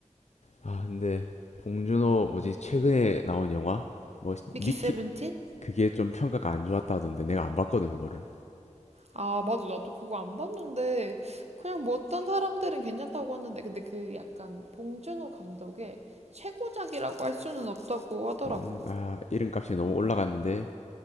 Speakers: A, on the left; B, on the right.
A: 아, 근데, 봉준호, 뭐지, 최근에 나온 영화? 뭐,
B: 미키
A: 미키,
B: 세븐틴?
A: 그게 좀 평가가 안 좋았다 하던데, 내가 안 봤거든, 그거를.
B: 아, 맞아. 나도 그거 안 봤는데, 그냥 뭐 어떤 사람들은 괜찮다고 하는데, 근데 그 약간 봉준호 감독의 최고작이라고 할 수는 없다고 하더라고.
A: 음, 아, 이름값이 너무 올라갔는데,